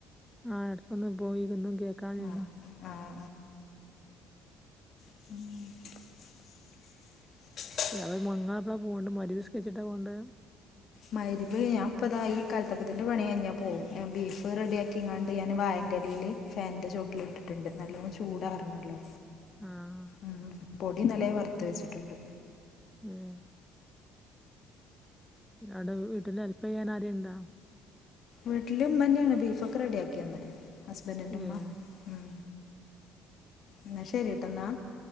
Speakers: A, in the centre; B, on the left.
A: ആ് എടക്കൊന്ന് പോയി ഒന്നും കേക്കാൻ ഇല്ലേർന്ന്
B: ആഹ് ആഹ് ഉം
A: പിന്നെ മങ്ങങ്ങളപ്പള പോണ്ട് മയിരിബ് നിസ്കരിച്ചിട്ടാ പോണ്ട്
B: മഹ്‌രിബ് ഞാൻപ്പതാ ഈ കൽത്തപ്പത്തിന്റെ പണി കഴിഞ്ഞാ പോവും ബീഫ് റെഡിയാക്കി ക്കിങ്ങാണ്ട് ഞാന് വായന്റെലയില് ഫാന്റെ ചോട്ടില് ഇട്ടിട്ടുണ്ട് നല്ലോ ചൂടാറണല്ലോ
A: ആഹ്
B: ഉ പൊടി ഇന്നലേ വറുത്ത് വെച്ചിട്ടുണ്ട്
A: ഉം അവിടെ വീട്ടില് ഹെല്പ്പ് ചെയ്യാൻ ആരേം ഇണ്ട
B: വീട്ടില് ഉമ്മന്നെയാണ് ബീഫൊക്കെ റെഡിയാക്കിയന്ന് ഹസ്ബൻറിന്റെ ഉമ്മ
A: ഏഹ്
B: ഉം ഇന്നാ ശരിട്ടാ ഇന്നാ